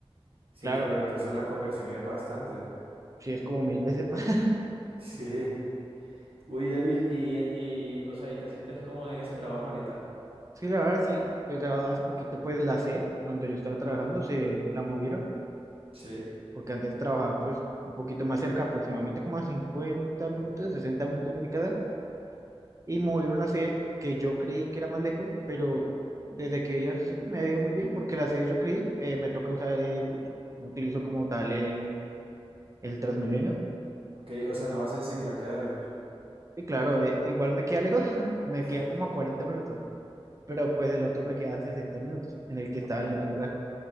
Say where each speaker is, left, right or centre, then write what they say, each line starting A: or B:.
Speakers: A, on the right; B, on the right.
A: Sí,
B: claro,
A: claro, entonces la conversión es bastante.
B: sí es como mil veces más. <laughs>
A: <laughs> Sí. Uy, Elvis, y, en- y, o sea, y te sientes cómodo en ese trabajo ahorita.
B: Sí, la verdad, sí, pues a- hace poquito, pues la C, donde yo estaba trabajando, se la movieron,
A: Sí.
B: porque antes trabajaba, pues, un poquito más cerca, aproximadamente como a 50 minutos, 60 minutos de mi casa, y movieron la C, que yo creí que era más lejos, pero desde que vi esa C me ha ido muy bien, porque la C yo creí, eh, me toca usar el bus, no utilizo como tal el, el Transmilenio,
A: Ok, o sea, no vas en cicla, queda lejos.
B: y claro, eh, igual me queda lejos, <laughs> me
A: <laughs>
B: queda como a 40 minutos. pero pues el otro me queda 60 minutos en el que estaba en el otro lugar.